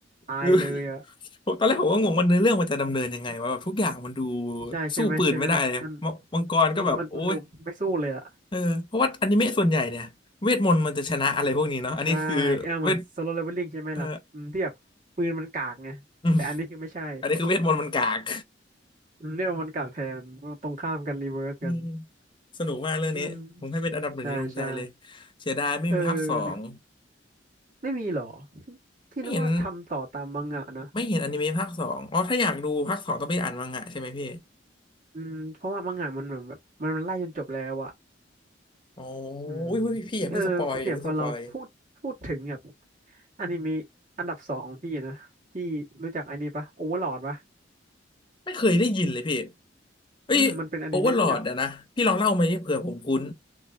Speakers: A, on the right; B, on the left.
A: ตายเลยอ่ะ
B: คือผมตอนแรกผมก็งงว่าเนื้อเรื่องมันจะดำเนินยังไงว่าแบบทุกอย่างมันดู
A: ใช่ใช่ไหมใช่ไหมแบบมัน
B: สู้ปืนไม่ได้เลยมมังกรก็แบบโอ้ย
A: อืมมันมันดูไม่สู้เลยอ่ะ
B: เออเพราะว่าอนิเมะส่วนใหญ่เนี่ยเวทมนต์มันจะชนะอะไรพวกนี้เนาะอันนี้คือเวท
A: ใช่เออเหมือนโซโลเลเวลลิ่งใช่ไหมล่ะอืมที่แบบปืนมันกากไงแต่อันนี้คือไม่ใช่
B: เอออืมอันนี้คือเวทมนต์มันกาก
A: อืมนี่เรามันกากแทนตรงข้ามกันรีเวิร์สกัน
B: อืมสนุกมากเรื่องนี้ผมให้เป็นอันดับหนึ่งในดวงใจเลย
A: อืมใช่ใช่
B: เสียดายไม่มีภาคสอง
A: เออเนี่ยไม่มีหรอที่นึกว่าทำต่อตามมังงะนะ
B: ไม่เห็นไม่เห็นอนิเมะภาคสองอ๋อถ้าอยากดูภาคสองต้องไปอ่านมังงะใช่ไหมพี่
A: อืมเพราะว่ามังงะมันเหมือนแบบมันมันไล่จนจบแล้วอะ
B: อ๋อ
A: อืม
B: อุ้ยอุ๊พี่อย่าเพิ่งสปอยอย่าเพิ่งสปอย
A: เออเนี่ยพอเราพูดพูดถึงแบบอนิเมะอันดับสองของพี่นะพี่รู้จักอันนี้ปะโอเวอร์ลอดปะ
B: ไม่เคยได้ยินเลยพี่เอ้ยโอเวอร์ลอดอะนะพี่ลองเล่ามาดิเผื่อผมคุ้น
A: อืมมันเป็นอนิเมะที่แบบ